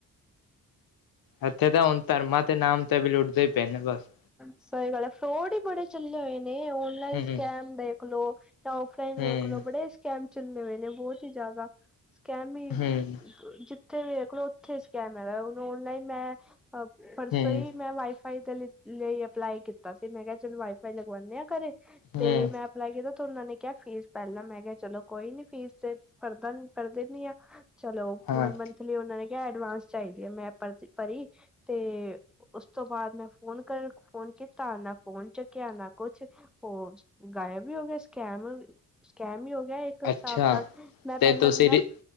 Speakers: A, on the left; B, in the centre.
A: ਏਥੇ ਤਾਂ ਹੁਣ ਧਰਮਾਂ ਤੇ ਨਾਮ ਤੇ ਵੀ ਲੁੱਟਦੇ ਲੁੱਟਦੇ ਨੇ ਬਸ।
B: ਸਹੀ ਗੱਲ ਹੈ, ਫਰੋਡ ਹੀ ਬੜੇ ਚੱਲੇ ਹੋਏ ਨੇ ਔਨਲਾਈਨ
A: ਹਮ
B: ਸਕੈਮ ਦੇ। ਖਲੋ, ਜਾਂ ਓਫਲਾਈਨ
A: ਹੂੰ,
B: ਵੇਖ ਲੋ ਬੜੇ ਸਕੈਮ ਚੱਲੇ ਹੋਏ ਨੇ ਬਹੁਤ ਹੀ ਜ਼ਿਆਦਾ। ਸਕੈਮ ਹੀ,
A: ਹੂੰ,
B: ਜਿੱਥੇ ਵੇਖ ਲੋ ਹੀ ਉੱਥੇ ਸਕੈਮ ਹੈਗਾ, ਹੁਣ ਓਨਲਾਈਨ ਮੈਂ ਪਰਸੋਂ
A: ਹੂੰ,
B: ਹੀ ਮੈਂ ਵਾਈਫ ਵਾਈਫਾਈ ਲਈ ਅਪਲਾਈ ਕੀਤਾ ਸੀ, ਮੈਂ ਕਿਹਾ ਚਲੋ ਵਾਈਫਾਈ ਲਗਵਾਣੇ ਆ ਘਰੇ
A: ਹੂੰ,
B: ਤੇ ਮੈਂ ਅਪਲਾਈ ਕੀਤਾ ਤੇ ਉਹ ਨੇ ਕਿਹਾ ਫੀਸ ਪਹਿਲਾਂ, ਮੈਂ ਕਿਹਾ ਚਲੋ ਕੋਈ ਨੀ ਫੀਸ ਤੇ ਪੜਦਾ ਪਰ ਦੇਣੀ ਆ। ਚਲੋ
A: ਹਾਂ।
B: ਮੰਥਲੀ ਉਹਨਾ ਨੇ ਕਿਹਾ ਐਡਵਾਂਸ ਚਾਹੀਦੀ ਹੈ, ਮੈਂ ਪਰ ਪਰੀ ਤੇ ਉਸ ਤੋਂ ਬਾਅਦ ਮੈਂ ਫੋਨ ਕਰ ਫੋਨ ਕੀਤਾ ਨਾ ਫੋਨ ਚੁੱਕਿਆ, ਨਾ ਕੁਛ ਹੋ ਗਾਇਬ ਵੀ ਹੋ ਗਿਆ, ਸਕੈਮ ਸਕੈਮ ਵੀ ਹੋ ਗਿਆ ਏ। ਹਿਸਾਬ
A: ਅੱਛਾ,
B: ਨਾਲ ਮੈਂ
A: ਤੇ
B: ਪਹਿਲਾਂ
A: ਤੁਸੀਂ
B: ਮੈਂ
A: ਰਿ